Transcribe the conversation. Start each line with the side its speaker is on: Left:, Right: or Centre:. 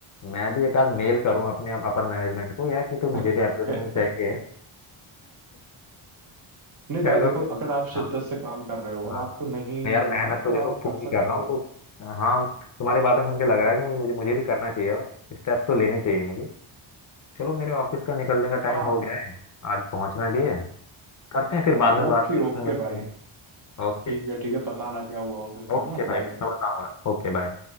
Left: मैं भी एक आध मेल करूँ अपने अपर मैनेजमेंट को यार कि तो
Right: <laughs>
Left: मुझे भी अप्रिसिएशन चाहिए <laughs>
Right: नहीं भाई
Left: चलो
Right: देखो
Left: फिर।
Right: अगर आप शिद्दत
Left: हाँ
Right: से काम कर रहे हो
Left: हाँ
Right: और आपको नहीं
Left: यार
Right: मिल
Left: मेहनत
Right: रहा है तो
Left: तो देखो
Right: आप
Left: पूरी
Right: कर सकते
Left: कर रहा
Right: हो
Left: हूँ तो हाँ तुम्हारी बातें सुन के लग रहा
Right: हाँ
Left: है कि मुझे मुझे, मुझे भी करना चाहिए अब स्टेप तो लेने चाहिए मुझे चलो मेरे ऑफिस का निकलने का
Right: हाँ
Left: टाइम हो गया है आज पहुंचना भी है करते हैं फिर बाद में
Right: ओके
Left: बात करते
Right: ओके
Left: हैं मिलते
Right: भाई
Left: हैं ओके
Right: ठीक है ठीक है बताना क्या हुआ ऑफिस
Left: ओके
Right: में है ना
Left: भाई
Right: बाय
Left: मैं बताऊंगा ओके बाय